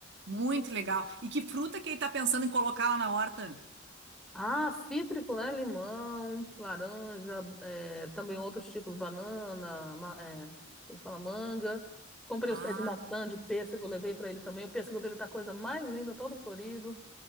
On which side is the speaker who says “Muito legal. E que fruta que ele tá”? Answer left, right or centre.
Right